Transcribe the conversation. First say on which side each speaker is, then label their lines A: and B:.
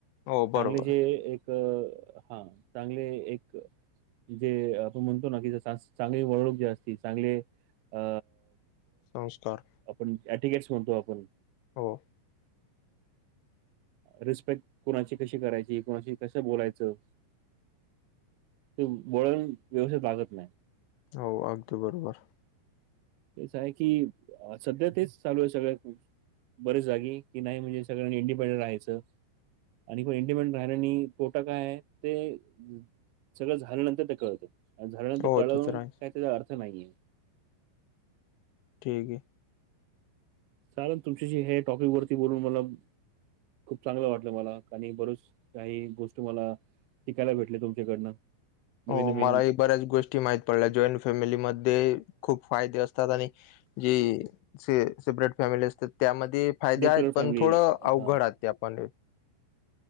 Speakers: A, on the left; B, on the right.
A: हो
B: चांगले
A: बरोबर
B: जे एक क हा. चांगले एक जे आपण म्हणतो ना की, जस आज चांगली वळणूक जी असती, चांगले अ
A: संस्कार.
B: आपण ॲटिगेट्स म्हणतो आपण.
A: हो.
B: रिस्पेक्ट कुणाची कशी करायची? कुणाशी कस बोलायचं? ते वळण व्यवस्थित लागत नाही.
A: हो अगदी बरोबर.
B: तेच आहे की, सध्या तेच चालू आहे सगळ्यात बरेच जागी की नाही म्हणजे सगळ्यांनी इंडिपेंडेंट राहायचं. आणि पण इंडिपेंडंट राहिल्यानी पोटा काय आहे ते सगळं झाल्यानंतर ते कळतं आणि झाल्यानंतर
A: हो
B: कळवून
A: ते तर आहेच.
B: काय त्याचा अर्थ नाहीये.
A: ठीक आहे.
B: चालंन तुमच्याशी हे टॉपिक वरती बोलून मला खूप चांगलं वाटलं मला आणि बरच काही गोष्ट मला शिकायला भेटले तुमच्याकडनं. नवीन
A: हो
B: नवीन
A: मलाही बऱ्याच गोष्टी माहित पडल्या, जॉईंट फॅमिलीमध्ये खूप फायदे असतात आणि जी सेपरेट फॅमिली असतात त्यामध्ये फायदे
B: न्युक्लिअर
A: आहेत, पण
B: फॅमिली
A: थोडं अवघड
B: हा
A: आहेत. ते आपाले